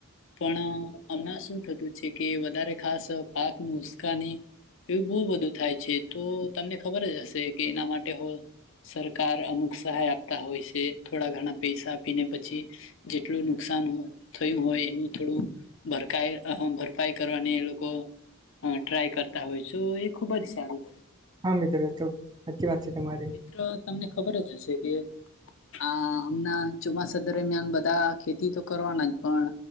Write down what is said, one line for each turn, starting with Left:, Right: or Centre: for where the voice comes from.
Left: પણ હમણા શું થતું છે કે વધારે ખાસ પાક નુ ઉસ્કાની એવ બહુ બધું થાય છે તો તમને ખબર જ હશે કે એના માટે હો સરકાર અમુક સહાય આપતા હોય છે થોડા ઘણા પૈસા આપીને પછી જેટલું નુકસાન થયું હોય એનું થોડું ભરપાઈ ભરપાઈ કરવાની એ લોકો ટ્રાય કરતા હોય છે. ખુબ જ સારું.
Right: હા મિત્રો તો સાચી વાત છે તમારી
Left: મ્ર તમને ખબર જ હશે કે હ હમના ચોમાસા દરમિયાન બધા ખેતી તો કરવાના જ પણ